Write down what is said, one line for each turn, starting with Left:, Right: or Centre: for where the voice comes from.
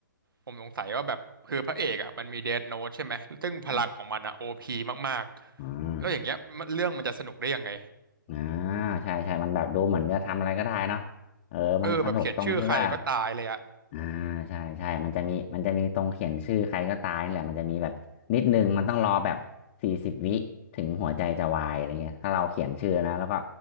Right: ผมสงสัยว่าแบบคือพระเอกอ่ะมันมีเดธโน้ตใช่ไหมซึ่งพลังของมันอ่ะโอพีมากๆแล้วอย่างเงี้ยมันเรื่องมันจะสนุกได้ยังไง
Left: อ่าอ่าอ่าใช่ใช่มันแบบดูเหมือนจะทำอะไรก็ได้เนาะเออมันสนุกตรงที่ว่า
Right: เออแบบเขียนชื่อใครก็ตายเลยอ่ะ
Left: อ่าใช่ใช่มันจะมีมันจะมีตรงเขียนชื่อใครก็ตายนั่นแหละมันจะมีแบบนิดนึงมันต้องรอแบบสี่สิบวิถึงหัวใจจะวายอะไรเงี้ยถ้าเราเขียนชื่อนะแล้วก็